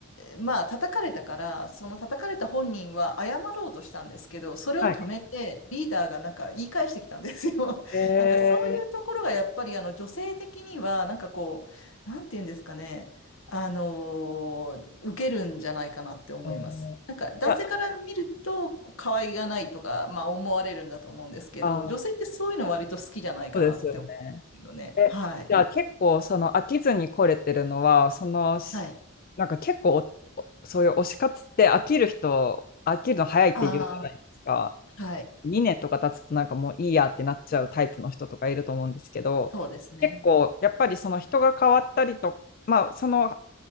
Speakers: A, on the left; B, on the left.
A: まあ、叩かれたから、その叩かれた本人は謝ろうとしたんですけど、それを止めて、
B: はい。
A: リーダーがなんか言い返してきたんですよ。<laughs>
B: えー、
A: なんかそういうところがやっぱりあの女性的には、なんかこう、なんていうんですかね、あのー受けるんじゃないかなって思います。
B: あー、いや、
A: なんか男性から見ると、こう可愛がないとか、まあ思われるんだと思うんですけど、
B: あー、
A: 女性ってそういうの割と好きじゃないかなって思うんですけどね。
B: そうですよね。え、
A: はい。
B: じゃあ結構その飽きずに来れてるのは、そのし、
A: はい。
B: なんか結構おおそういう推し活って飽きる人、飽きるの早いって言うじゃないですか。
A: ああ、はい。
B: 2年とか経つとなんかもういいやってなっちゃうタイプの人とかいると思うんですけど、
A: そうですね。
B: 結構やっぱりその人が変わったりと、まあその、